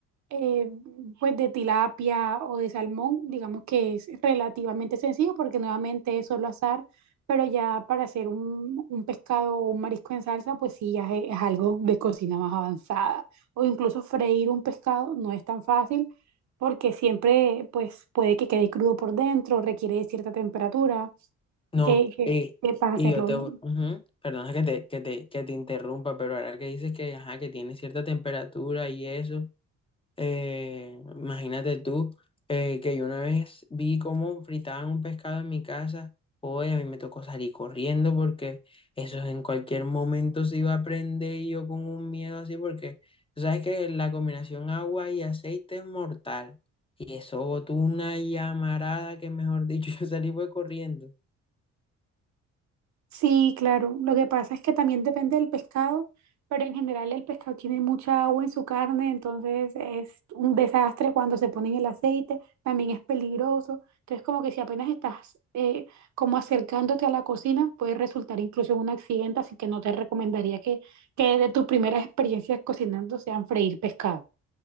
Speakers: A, on the right (about 65°); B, on the left (about 20°).
A: eh, pues de tilapia o de salmón, digamos que es relativamente sencillo porque nuevamente es solo azar, pero ya para hacer un, un pescado o un marisco en salsa, pues sí, ya es, es algo de cocina más avanzada. O incluso freír un pescado no es tan fácil porque siempre pues puede que quede crudo por dentro, requiere de cierta temperatura,
B: No,
A: que, que,
B: eh,
A: que para
B: y
A: hacerlo
B: yo te...
A: bien.
B: voy- ujú, Perdona que te, que te, que te interrumpa, pero ahora que dices que, ajá, que tiene cierta temperatura y eso. Eh, imagínate tú eh, que yo una vez vi cómo fritaban un pescado en mi casa. Hoy a mí me tocó salir corriendo porque eso en cualquier momento se iba a prender y yo con un miedo así porque tú sabes que la combinación agua y aceite es mortal. Y eso botó una llamarada que mejor dicho <laughs> yo salí fue corriendo.
A: Sí, claro. Lo que pasa es que también depende del pescado, pero en general el pescado tiene mucha agua en su carne, entonces es un desastre cuando se pone en el aceite, también es peligroso. Entonces como que si apenas estás eh, como acercándote a la cocina, puede resultar incluso en un accidente, así que no te recomendaría que, que de tus primeras experiencias cocinando sean freír pescado.